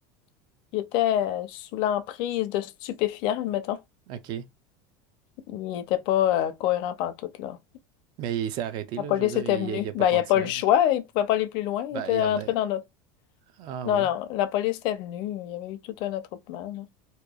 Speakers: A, on the left; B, on the right.
A: il était euh, sous l'emprise de stupéfiants, mettons.
B: OK.
A: Il n'était pas euh, cohérent pantoute, là.
B: Mais il s'est arrêté,
A: La
B: là.
A: police
B: Je veux dire,
A: était
B: il,
A: venue.
B: il a pas
A: Ben,
B: continué.
A: il n'y a pas eu le choix.
B: là.
A: Il ne pouvait pas aller plus loin. Il
B: Ben,
A: était
B: il y
A: rentré
B: en a.
A: dans notre...
B: Ah
A: Non,
B: ouais.
A: non, la police était venue. Il y avait eu tout un attroupement, là.